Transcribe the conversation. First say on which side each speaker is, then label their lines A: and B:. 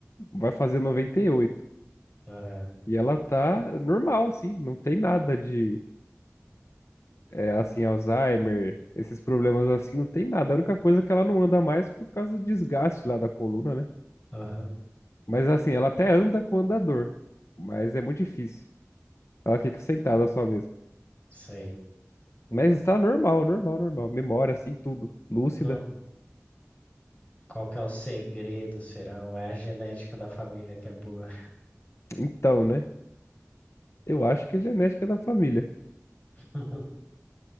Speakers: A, on the left; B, on the left.
A: Vai fazer 98. E oito.
B: aham,
A: E ela tá normal, assim. Não tem nada de, é, assim, Alzheimer, esses problemas assim, não tem nada. A única coisa é que ela não anda mais por causa do desgaste lá da coluna, né?
B: aham,
A: Mas, assim, ela até anda com andador. Mas é muito difícil. Ela fica sentada só mesmo.
B: sei.
A: Mas está normal, normal, normal. Memória, assim, tudo. Lúcida.
B: Uhum. Qual que é o segredo, será? Ou é a genética da família que é boa?
A: Então, né? Eu acho que é genética da família.
B: <laughs>